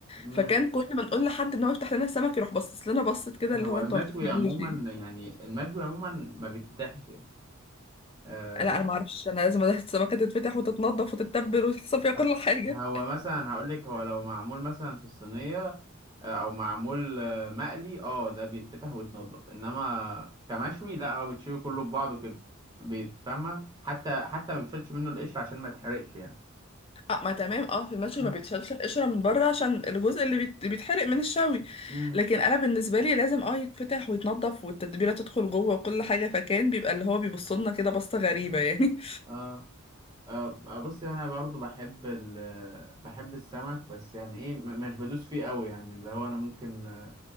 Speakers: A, on the right; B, on the left.
A: امم
B: فكان كل ما نقول لحد ان هو يفتح لنا السمك يروح باصص لنا بصت كده
A: هو
B: اللي هو
A: المشوي
B: انتوا ما بتفهموش
A: عموما
B: يعني
A: يعني المشوي عموما ما بيتفتحش آه
B: لا انا ما اعرفش انا لازم السمكه تتفتح وتتنضف وتتبل وتحصل فيها كل
A: آه،
B: حاجه
A: هو مثلا هقول لك هو لو معمول مثلا في الصينيه آه، او معمول آه، مقلي اه ده بيتفتح ويتنضف انما كمشوي لا هو بتشوي كله في بعضه كده بيتفهمها حتى حتى ما بتشيلش منه القشر عشان ما يتحرقش يعني
B: اه ما تمام اه في المشوي
A: مم.
B: ما بيتشالش القشرة من بره عشان الجزء اللي بيت- بيتحرق من الشوي
A: مم.
B: لكن انا بالنسبة لي لازم اه يتفتح ويتنضف والتتبيلة تدخل جوه وكل حاجة فكان بيبقى اللي هو بيبص لنا كده بصة غريبة يعني
A: اه آه، آه، بص انا برضو بحب ال بحب السمك بس يعني ايه م- مش بدوس فيه قوي يعني اللي هو انا ممكن آه،